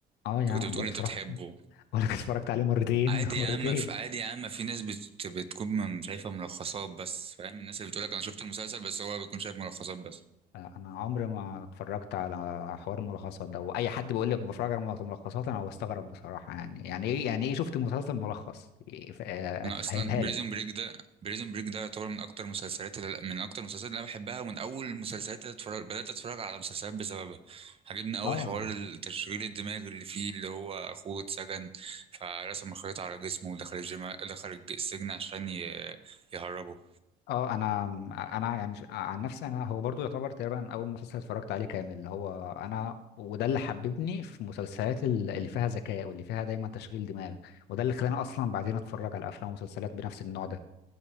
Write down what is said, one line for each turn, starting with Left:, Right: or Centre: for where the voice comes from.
Left: اه
Right: انت
Left: يا عم
Right: كنت بتقول
Left: بقولك
Right: انت
Left: اتفرجت
Right: بتحبه
Left: <laughs> بقولك اتفرجت عليه مرتين
Right: عادي
Left: <laughs>
Right: يا
Left: مرتين
Right: عم في عادي يا عم في ناس بت... بتكون من- شايفه ملخصات بس فاهم الناس اللي بتقول لك انا شفت المسلسل بس هو بيكون شايف ملخصات بس
Left: انا عمري ما اتفرجت على حوار الملخصات ده واي حد بيقول لك بتفرج على ملخصات انا بستغرب بصراحه يعني يعني ايه يعني ايه شفت مسلسل ملخص إيه، ف- آه،
Right: انا
Left: فهمها
Right: اصلا بريزون
Left: لي
Right: بريك ده بريزون بريك ده يعتبر من اكتر مسلسلات اللي من اكتر المسلسلات اللي انا بحبها ومن اول المسلسلات اللي اتفرج... بدات اتفرج على مسلسلات بسببها عجبني قوي
Left: اه
Right: حوار التشغيل الدماغ اللي فيه اللي هو اخوه اتسجن فرسم الخريطه على جسمه ودخل الجما... دخل الج- السجن عشان ي... يهربه
Left: اه انا انا يعني ش- آه، عن نفسي انا هو برضو يعتبر تقريبا اول مسلسل اتفرجت عليه كامل اللي هو انا وده اللي حببني في المسلسلات ال- اللي فيها ذكاء واللي فيها دايما تشغيل دماغ وده اللي خلاني اصلا بعدين اتفرج على افلام ومسلسلات بنفس النوع ده